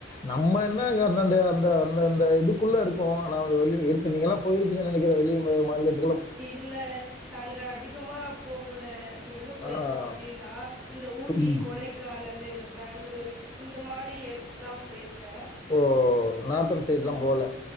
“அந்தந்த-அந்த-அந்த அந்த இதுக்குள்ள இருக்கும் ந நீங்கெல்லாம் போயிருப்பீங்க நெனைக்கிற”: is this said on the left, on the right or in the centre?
Left